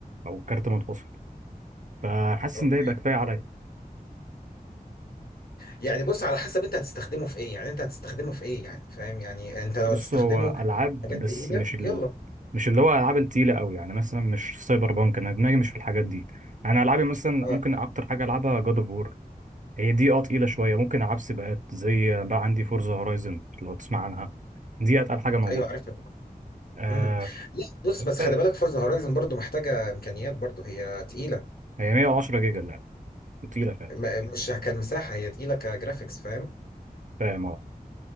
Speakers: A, on the right; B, on the left.
A: او كارت منفصل فحاسس
B: اوكي
A: ان ده يبقى كفايه عليا
B: يعني بص على حسب انت هتستخدمه في ايه يعني انت هتستخدمه في ايه يعني فاهم يعني انت لو
A: بص
B: هتستخدمه
A: هو
B: في
A: العاب
B: حاجات
A: بس
B: تقيله
A: مش
B: يلا
A: مش اللي هو العاب التقيله قوي يعني مثلا مش سايبر بانك انا دماغي مش في الحاجات دي انا العابي مثلا
B: اه
A: ممكن اكتر حاجه العبها جاد اوف وور هي دي اه تقيله شويه ممكن العب سباقات زي بقى عندي فورزا هورايزن لو تسمع عنها دي اتقل حاجه موجوده
B: ايوه عارفها طبعا
A: آه
B: امم لا بص
A: كفايه
B: بس خلي بالك فورزا هورايزن برضو محتاجه امكانيات برضو هي تقيله
A: هي 110 جيجا اللعبه تقيله فعلا
B: م- مش كمساحه هي تقيله كجرافيكس فاهم
A: فاهم اه